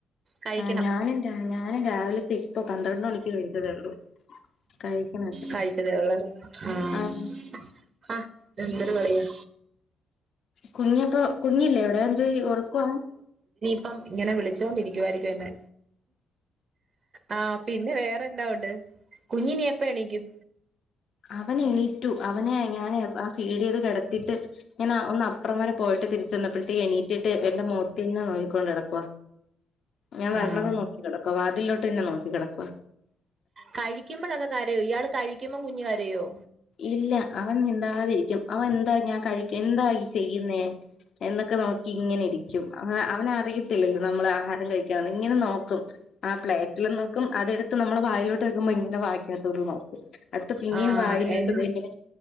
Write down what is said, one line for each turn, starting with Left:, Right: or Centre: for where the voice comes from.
Right: കഴിക്കണം
Left: ആ ഞാനും രാ ഞാനും രാവില് ഇപ്പോ പന്ത്രണ്ട് മണിക്ക് കഴിച്ചതേള്ളൂ കഴിക്കുന്നത്രേ
Right: കഴിച്ചതേ ഉള്ളല്ലേ ആ
Left: ആഹ്
Right: ആഹ് എന്തൊരു കളിയാ
Left: കുഞ്ഞപ്പോ ങ്ങില്ലേ അവിടെ <unintelligible> ഒറക്കുവാ.
Right: അപ്പം ഇങ്ങനെ വിളിച്ചോണ്ടിരിക്കുവായിരിക്കും എന്നെ. ആ പിന്നെ വേറെ ണ്ട ഒണ്ട് കുഞ്ഞിനി എപ്പ എണീക്കും.
Left: അവനെണീറ്റു, അവനെ ഞാന് ആ ഫീഡ് ചെയ്ത് കെടത്തിട്ട് ഞാനാ ഒന്ന് അപ്പറം വരെ പോയിട്ട് തിരിച്ച് വന്നപ്പോഴത്തേ എണീറ്റിട്ട് എന്റെ മൊഖത്തെന്നെ നോക്കിക്കൊണ്ട് കെടക്കുവാ. ഞാൻ വരണതും
Right: ആഹ്
Left: നോക്കി കെട പ്പ വാതിലോട്ട് തന്നെ നോക്കി കെടക്കുവ.
Right: കഴിക്കുമ്പോളൊക്കെ കരയോ ഇയാള് കഴിക്കുമ്പോ കുഞ്ഞ് കര് രയോ?
Left: ഇല്ല അ അവൻ മിണ്ടാതിരിക്കും അവൻ എന്താ ഞാൻ കഴിക്കാ എന്താ ഈ ചെയ്യ്ന്നേ എന്നൊക്കെ നോക്കി ഇങ്ങനെ ഇരിക്കും അ അവനറിയത്തില്ലല്ലോ നമ്മള് ആഹാരം കഴികാണ് ഇങ്ങനെ നോക്കും ആ പ്ലേറ്റിൽ നോക്കും അതെടുത്ത് നമ്മൾ വായിലോട്ട് വെക്കുമ്പോ ഇങ്ങനെ വായക്കത്തേക്കും നോക്കും അടുത്ത് പിന്നെയും
Right: ആ
Left: വായിലോട്ട്
Right: എൻ
Left: ഇങ്ങനെ